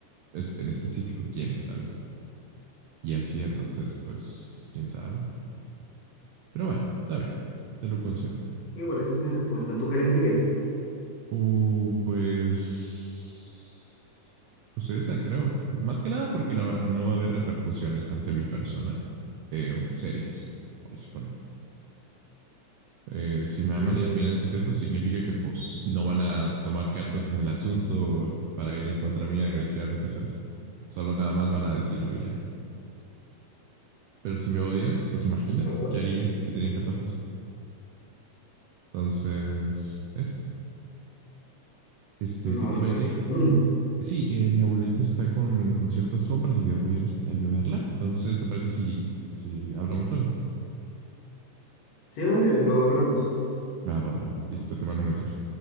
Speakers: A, on the right; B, on the left.
A: es- en específico quiénes, ¿sabes? Y así, entonces, pues, pues quién sabe. Pero bueno, está bien, te lo concedo.
B: Igual esa es mi respuesta. ¿Tú qué elegirías?
A: Uh, pues, pues esa creo. Más que nada porque no, habrá- no va a haber repercusiones ante mi persona eh, serias, por así ponerlo. Eh, si me aman
B: Mm,
A: y admiran en secreto, significa que pues no van a tomar cartas en el asunto para ir en contra mía agresivamente, ¿sabes? Solo nada más van a decirlo y ya. Pero si me odian, pues imagínate,
B: No,
A: ¿qué harían? ¿Qué serían capaces? Entonces, eso. Este,
B: no,
A: ¿qué te
B: no,
A: iba
B: pues
A: a decir?
B: sí. <laughs>
A: Sí, eh, mi abuelita está con, con ciertas compras y debo ir este, a ayudarla. Entonces, ¿te parece si, si hablamos luego?
B: Sí, vale, luego hablamos.
A: Va, va, va. Listo, te mando un mensaje.